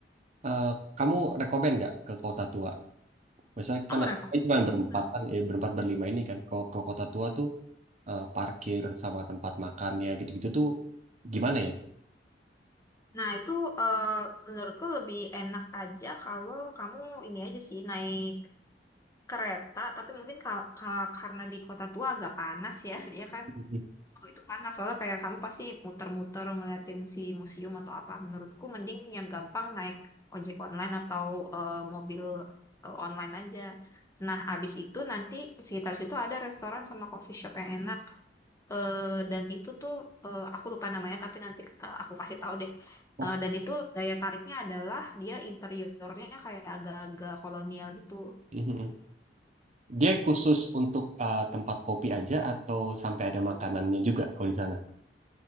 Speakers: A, on the right; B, on the left.
A: eh, kamu rekomen nggak ke kota tua misalnya kan
B: Oh,
A: aku-
B: repot
A: kan cuma
B: sih.
A: berempat
B: Hmm.
A: kan eh, berempat berlima ini kan kalau ke kota tua tuh eh, parkir sama tempat makannya gitu-gitu tuh gimana ya?
B: Nah, itu eh, menurutku lebih enak aja kalau kamu ini aja sih naik kereta, tapi mungkin ka- ka- karena di kota tua agak panas ya, <laughs> dia kan
A: Mhm.
B: oh, itu panas soalnya kayak kamu pasti muter-muter ngeliatin si museum atau apa. Menurutku mending yang gampang naik ojek online atau eh, mobil eh, online aja. Nah, abis itu nanti di sekitar situ ada restoran sama coffee shop yang enak. Eh, dan itu tuh eh, aku lupa namanya tapi nanti eh, aku kasih tahu deh.
A: Oh,
B: Eh, dan itu daya tariknya adalah dia interiornya kayak agak-agak kolonial gitu.
A: mhm. Dia khusus untuk eh, tempat kopi aja atau sampai ada makanannya juga kalau di sana?